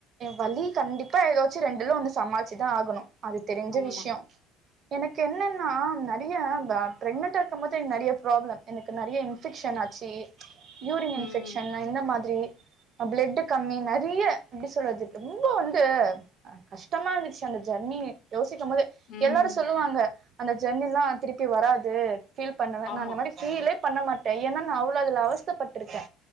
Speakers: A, on the right; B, on the left.
A: வலி கண்டிப்பா ஏதாச்சு ரெண்டுலும் ஒண்ணு சமாளிச்சுதான் ஆகணும் அது தெரிஞ்ச
B: ஆமா.
A: விஷயம் எனக்கு என்னன்னா நெறைய பிரெக்னன்டா இருக்கு போது நறைய ப்ராப்ளம் எனக்கு நறைய இன்பெக்க்ஷன் என்னாச்சு யூரின்
B: ம்,
A: இன்ஃபெக்ஷன் இந்த மாரி அ பிளட்டு கம்மி நெறிய எப்டி சொல்றது ரெம்போ வந்து கஷ்டமா இருந்துச்சு அந் த ஜன்னீ யோசிக்கபோதே
B: ம்.
A: எல்லாரு க அந்த ஜன்னிலா திருப்பி வராது ஃபீல் பண்ண வேனா
B: ஆமா.
A: அந்த மாரி ஃபீலே பண்ண மாட்டே ஏன்னா நா அவ்ளோ அதுல அவஸ்தபட்ருக்கே